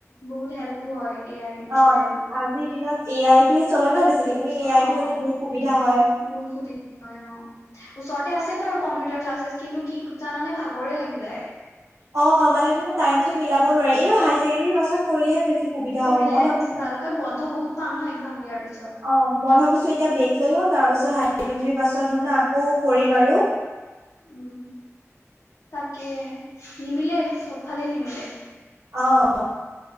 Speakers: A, on the left; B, on the right.
A: বহুত হেল্পো হয় এ আই
B: অ
A: থোৰেদিও।
B: আজিৰ দিনত এ আই টো চলে ন বেছিকে? তুমি
A: চ-
B: এ আই
A: অ
B: টো ল'লে বহুত সুবিধা হয়।
A: বহুত সুবিধা হয় অ'। ওচৰতে আছে বাৰু কম্পিউটাৰ ক্লাছেছ। কিন্তু কি জানানে? ভাগৰে লাগি যায়।
B: অ' মানে হেনো টাইমটো মিলাব নোৱাৰে। এই হাই কেণ্ডেৰী পাছত কৰিলেহে বেছি সুবিধা
A: কৰিলেহে
B: হ'ব, মই ভাবিছো
A: বেছি ভাল কাৰন বন্ধ বহুত পাম ন এক্জাম দিয়াৰ পিছত
B: অ' মই ভাবিছো এতিয়া বে গ লৈ লওঁ, তাৰ পাছত হাযই ছেকেণ্ডেৰী পাছৰ ধৰনে আকৌ কৰিম
A: অ
B: আৰু।
A: উম, তাকে। নিমিলে চবফালে নিমিলে।
B: অ'